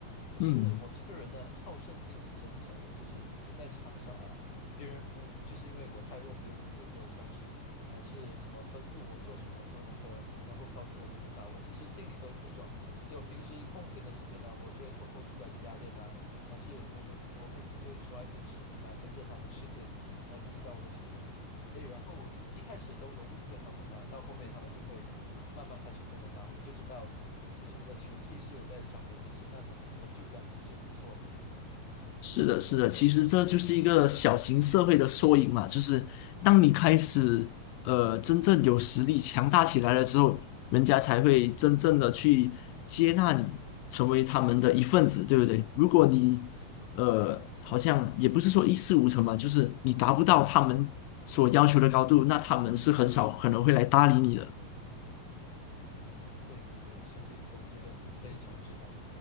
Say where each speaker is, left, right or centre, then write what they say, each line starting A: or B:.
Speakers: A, on the left; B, on the left.
A: 可是我这个人的好胜心其实很强的，
B: 嗯。
A: 就是平时在场上啊，别人不就是因为我太弱，别人不会给我传球，还是什么吩咐我做什么做那个，然后告诉我怎么打，我其实心里都会不爽。所以我平时空闲的时间呢，我就会偷偷出来加练啊，还是我每我每次就会刷一些视频啊，跟着他们训练来提高我的球技。哎，然后一开始都融入不了他们吧，到后面他们就会。慢慢开始跟我打，我就知道其实我的球技是有在长的，其实那种成就感也是不错的。
B: 是的，是的，其实这就是一个小型社会的缩影嘛，就是当你开始呃真正有实力强大起来了之后，人家才会真正的去接纳你，成为他们的一份子，对不对？如果你呃好像也不是说一事无成嘛，就是你达不到他们所要求的高度，那他们是很少可能会来搭理你的。
A: 对对对，兄弟总结的非常之好。